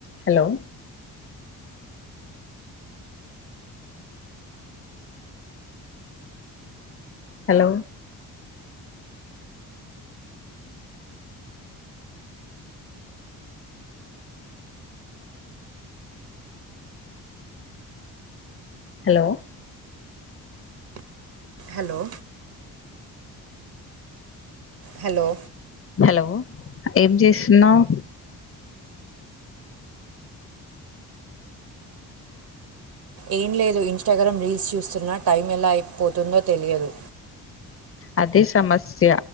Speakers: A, on the left (about 35°); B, on the right (about 70°).
A: Hello hello hello
B: hello hello
A: hello ఏం చేస్తున్నావు
B: ఏం లేదు ఇన్స్టాగ్రామ్ రీల్స్ చూస్తున్నా టైం ఎలా అయిపోతుందో తెలియదు
A: అదే సమస్య